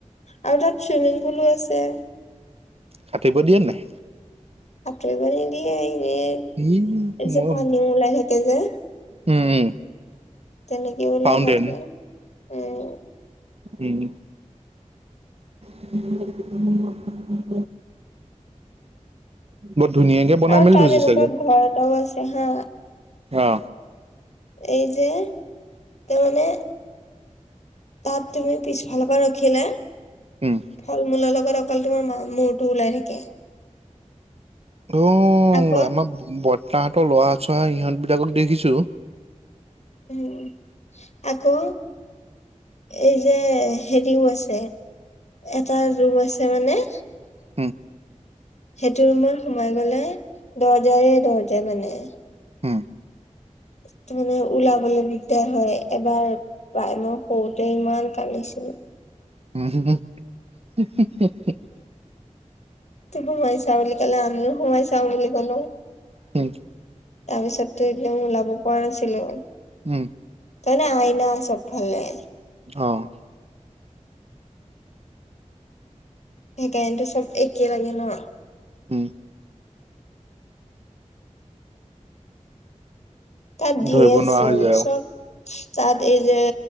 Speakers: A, on the left; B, on the right.
A: আৰু তাত চুইমিং পুলো আছে।
B: সাঁতুৰিব দিয়ে নাই?
A: সাঁতুৰিব নিদিয়ে এনে
B: ই মই
A: যে পানী ওলাই থাকে যে।
B: উম- উম
A: তেনেকে ওলাই
B: ফাউণ্টেন
A: থাকে। উম
B: উম, <unintelligible> বহুত ধুনীয়াকে বনাই
A: আৰু
B: মেলি
A: তাত
B: থৈছে
A: এনেকুৱা
B: চাগে
A: ঘৰ এটাও আছে হা
B: অ।
A: এই যে ত' মানে তাত তুমি পিছফাল পা ৰখিলে
B: উম।
A: ফল, মূলৰ লগত অকল তোমাৰ মা মূৰটো ওলাই থাকে।
B: অ, আমাৰ
A: আকৌ
B: বৰ্তাহঁতৰ ল'ৰা চ'ৰা ইহঁত বিলাকক দেখিছো।
A: উম, আকৌ এই যে হেৰিও আছে এটা ৰুম আছে মানে
B: উম,
A: সেইটো ৰুমত সোমাই গলে দৰ্জাৰে দৰ্জা মানে।
B: উম,
A: টো মানে ওলাবলে দিগদাৰ হয় এবাৰ বাই, মই সৰুতে ইমান কান্দিছিলোঁ।
B: উ, হো- ‌হো <unintelligible>
A: তে তুমি সোমাইছাঁ বুলি ক'লে আমিও সোমাই চাওঁ বুলি ক'লো।
B: হম,
A: তাৰ পিছততো এইফালে ওলাব পৰা নাছিলোঁ।
B: উম,
A: তাৰমানে আইনা চবফালে।
B: অহ ',
A: সেইকাৰনেটো চব একে মানে ন?
B: উম,
A: তাত ধেৰ
B: ধৰিব
A: আছে
B: নোৱাৰা হৈ যায় আৰু।
A: চব। তাত এই যে